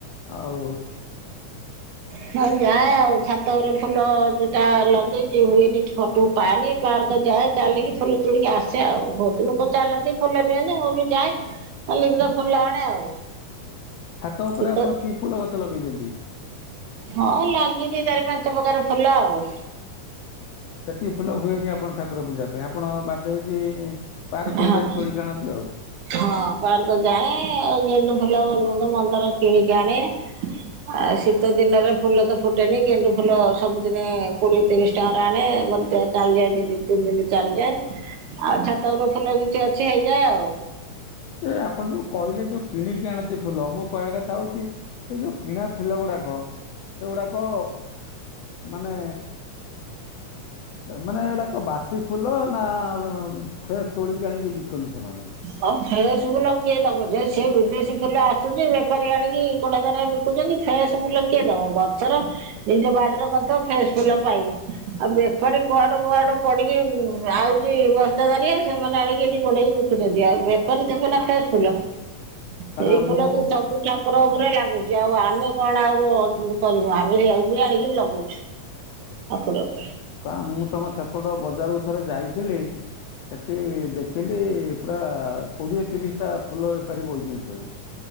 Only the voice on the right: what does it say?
ହଁ ଯାଏ ଆଉ ଛାତରେ ଫୁଲ ଯୋଟା ଲଗେଇଛି ହୁଏନି ଫଟ ପାଏନି ପାର୍କ ଯାଏ ଚାଲିକି ଫୁଲ ତୋଳିକି ଆସେ ଆଉ ବହୁତ ଲୋକ ଚାଲନ୍ତି ଫୁଲ ନିଅନ୍ତି ମୁଁ ବି ଯାଏ କାଲି ଫୁଲ ଆଣେ ଆଉ
ସେ
ତ
ହଁ ଲାଗିଛି ଚାରି ପା କେତେ ପ୍ରକାର ଫୁଲ ଆଉ
ହଁ
ହଁ ପାର୍କ ଯାଏ ଆଉ ଯେମତି ଭଲଲ ହୁ ମ ର କିଣିକି ଆଣେ ଆ ଶୀତ ଦିନରେ ଫୁଲ ତ ଫୁଟେନି ଗେଣ୍ଡୁ ଫୁଲ ସବୁଦିନେ କୋଡିଏ ତିରିଶ ଟଙ୍କାରେ ଆଣେ ମଧ୍ୟ ଚାଲିଯାଏ ଦି ଦତିନି ତିନି ଦିନ ଚାଲିଯାଏ ଆଉ ଛାତ ଉପରେ ଫୁଲ କିଛି ଅଛି ହେଇଯାଏ ଆଉ।
ଆଉ ଫ୍ରେଶ ଫୁଲ କିଏ ଦବ ଯେ? ସିଏ ବିଦେଶୀ ଫୁଲ ଆସୁଛି ବେପାରୀ ଆଣିକି କଡା ଦାରିଆ ବିକୁଛନ୍ତି। ଫ୍ରେଶ ଫୁଲ କିଏ ଦବ? ଗଛର ନିଜ ବାଡି ତ ଫ୍ରେଶ ଫୁଲ ପାଇବୁ। ଆଉ ବେପାରୀ କୁଆଡୁ କୁଆଡୁ ପଡିକି ଆଉଛି ବସ୍ତା ଦାରିଆ ସେମାନେ ଆଣିକି ଏଠି ବଢେଇ ଛନ୍ତି ଆଉ ବେପାରି ଦେବେ ନା ଫ୍ରେସ ଫୁଲ।
ସେଇ ଫୁଲ
ତ ସବୁଠା ଠାକୁରଙ୍କ ଉପରେ ଲାଗୁଛି ଆଉ ଆମେ କଣ ଆଉ କରିବୁ ଆମେ ବି ଆଣିକି ଲଗୁଛୁ ଠାକୁରଙ୍କୁ।